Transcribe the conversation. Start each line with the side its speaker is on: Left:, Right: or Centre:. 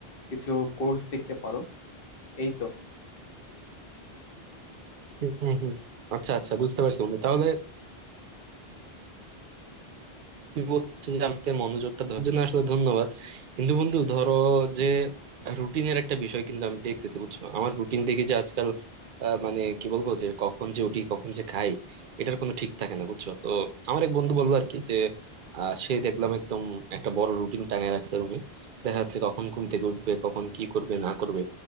Left: কিছু কোর্স দেখতে পারো এই তো
Right: হম হম আচ্ছা আচ্ছা বুঝতে পারছি বন্ধু তাহলে বলছি যে আমাদের মনোযোগটা দেওয়ার জন্য আসলে ধন্যবাদ কিন্তু বন্ধু ধরো যে রুটিনের একটা বিষয় কিন্তু আমি দেখতেছি বুঝছো আমার রুটিন দেখি যে আজকাল আহ, মানে কি বলবো যে কখন যে উঠি কখন যে খাই এটার কোনো ঠিক থাকে না বুঝছো তো আমার এক বন্ধু বললো আর কি যে আহ, সে দেখলাম একদম একটা বড় রুটিন টাঙায় রাখছে রুমে দেখা যাচ্ছে কখন ঘুম থেকে উঠবে কখন কি করবে না করবে